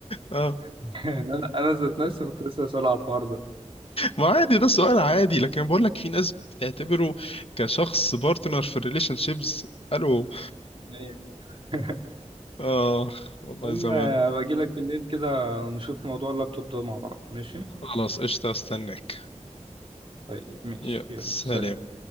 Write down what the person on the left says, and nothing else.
اه
ما عادي ده سؤال عادي لكن بقول لك في ناس بتعتبره كشخص بارتنر في الريليشن شيبس الو
اخ والله
زمان
خلاص قشطة استناك
يا
سلام